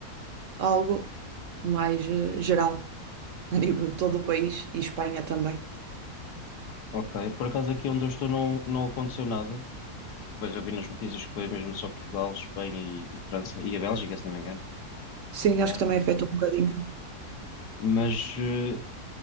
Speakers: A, on the right; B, on the left.
A: algo mais eh, geral. a nível de todo o país e Espanha também.
B: Ok. Por acaso aqui onde eu estou não, não aconteceu nada. Pois já vi nas notícias que foi mesmo só Portugal, Espanha e, e França e a Bélgica, se não me engano.
A: Sim,
B: Ahm,
A: acho que também afeta um bocadinho.
B: mas eh,